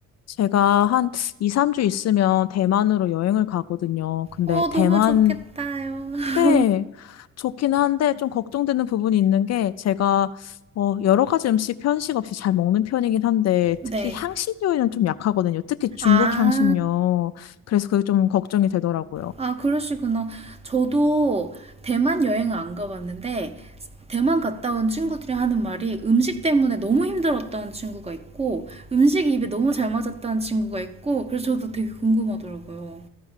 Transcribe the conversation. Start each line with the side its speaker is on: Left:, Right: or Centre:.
Left: 제가 한 2, 3주 있으면 대만으로 여행을 가거든요. 근데
Right: 어,
Left: 대만
Right: 너무 좋겠다요. <laughs>
Left: 때 좋기는 한데 좀 걱정되는 부분이 있는 게 제가 어, 여러 가지 음식 편식 없이 잘 먹는 편이긴 한데
Right: 네.
Left: 특히 향신료에는 좀 약하거든요. 특히 중국
Right: 아,
Left: 향신료. 그래서 그게 좀 걱정이 되더라고요.
Right: 아, 그러시구나. 저도 대만 여행을 안 가봤는데, 대만 갔다 온 친구들이 하는 말이 음식 때문에 너무 힘들었다는 친구가 있고, 음식이 입에 너무 잘 맞았다는 친구가 있고, 그래서 저도 되게 궁금하더라고요.